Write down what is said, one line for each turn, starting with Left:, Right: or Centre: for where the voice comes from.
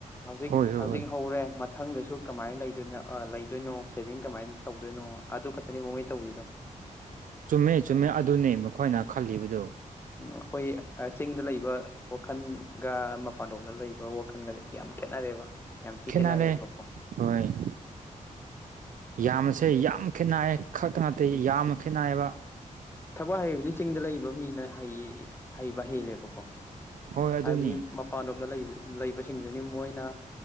Left: ꯍꯧꯖꯤꯛ
Right: ꯍꯣꯏ ꯍꯣꯏ
Left: ꯍꯧꯖꯤꯛ
Right: ꯍꯣꯏ
Left: ꯍꯧꯔꯦ ꯃ ꯊꯪꯗꯁꯨ ꯀꯃꯥꯏ ꯂꯩꯗꯣꯏꯅꯣ ꯑ ꯂꯩꯗꯣꯏꯅꯣ ꯁꯦꯚꯤꯡ ꯀꯃꯥꯏꯟ ꯇꯧꯗꯣꯏꯅꯣ ꯑꯗꯨ ꯈꯛꯇꯅꯦ ꯃꯉꯣꯏ ꯇꯧꯔꯤꯗꯣ
Right: ꯆꯨꯝꯃꯦ ꯆꯨꯝꯃꯦ
Left: ꯌꯥꯝ
Right: ꯑꯗꯨꯅꯦ ꯃꯈꯣꯏꯅ ꯈꯜꯂꯤꯕꯗꯨ
Left: ꯎ ꯑꯈꯣꯏ ꯑ ꯆꯤꯡꯗ ꯂꯩꯕ ꯋꯥꯈꯜꯒ ꯃꯄꯥꯟꯂꯣꯝꯗ ꯂꯩꯕ ꯋ ꯈꯟꯒꯗ ꯌꯥꯝ ꯈꯦꯠꯅꯔꯦꯕ ꯌꯥꯝ ꯊꯤ
Right: ꯈꯦꯠꯅꯔꯦ
Left: ꯈꯦꯠꯅꯔꯦꯕꯀꯣ
Right: ꯍꯣꯏ ꯌꯥꯝꯅꯁꯦ ꯌꯥꯝ ꯈꯦꯠꯅꯏꯌꯦ ꯈꯛꯇ ꯅꯠꯇꯦ
Left: ꯎꯝ
Right: ꯌꯥꯝꯅ ꯈꯦꯠꯅꯏꯌꯦꯕ
Left: ꯊꯕꯛ ꯍꯩꯕꯗꯤ ꯆꯤꯡꯗ ꯂꯩꯕ ꯃꯤꯅ ꯍꯩꯌꯦ ꯍꯩꯕ ꯍꯦꯜꯂꯦꯕꯀꯣ
Right: ꯍꯣꯏ ꯑꯗꯨꯅꯤ
Left: ꯍꯥꯏꯕꯗꯤ ꯃꯄꯥꯟꯂꯣꯝꯗ ꯂꯩꯕ ꯂꯩꯕꯁꯤꯡꯗꯨꯅꯤ ꯃꯣꯏꯅ